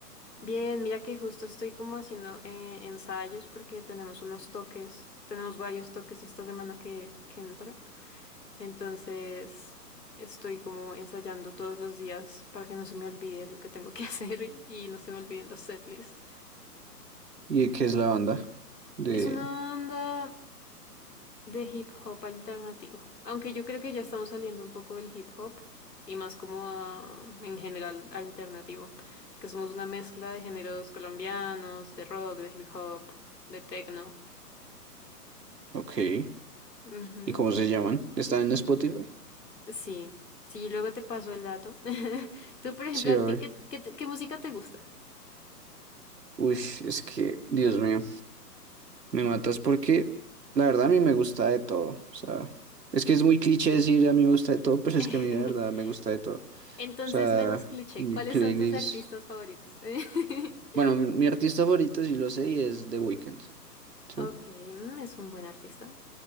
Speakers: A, on the left; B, on the right.
A: Bien, mira que justo estoy como haciendo eh, ensayos porque tenemos unos toques, tenemos varios toques esta semana que, que entra. Entonces estoy como ensayando todos los días para que no se me olvide lo que tengo que <laughs> hacer y no se me olviden los setlists.
B: ¿Y de qué es la banda? De...
A: Es una banda de hip hop alternativo. Aunque yo creo que ya estamos saliendo un poco del hip hop y más como a- en general alternativo, que somos una mezcla de géneros colombianos, de rock, de hip hop, de techno.
B: Ok.
A: Ujú.
B: ¿Y cómo se llaman? ¿Están en Spotify?
A: Sí, sí, luego te paso el dato. <laughs> Tú, por ejemplo,
B: Sí,
A: ¿a
B: hoy.
A: ti qué, qué te- qué música te gusta?
B: Uy, es que, Dios mío, me matas porque la verdad a mí me gusta de todo. O sea, es que es muy cliché decir a mí me gusta de todo, pero
A: <laughs>
B: es que a mí de verdad me gusta de todo.
A: Entonces,
B: O sea,
A: menos cliché,
B: mi
A: ¿cuáles
B: playlist.
A: son tus artistas favoritos? <laughs>
B: Bueno, mi, mi artista favorito, sí lo sé, y es The Weeknd. Sí.
A: Ok, mm, es un buen artista.